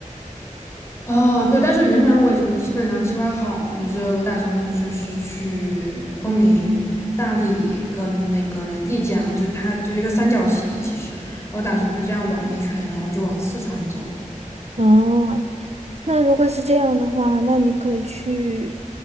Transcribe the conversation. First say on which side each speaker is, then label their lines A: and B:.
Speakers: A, on the left; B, on the right.
A: 啊，对，但是云南我已经基本上计划好了，就是我打算就是去昆明、大理跟那个丽江，就它就一个三角形，其实我打算就这样玩一圈，然后就往四川走。
B: 哦，那如果是这样的话，那你可以去，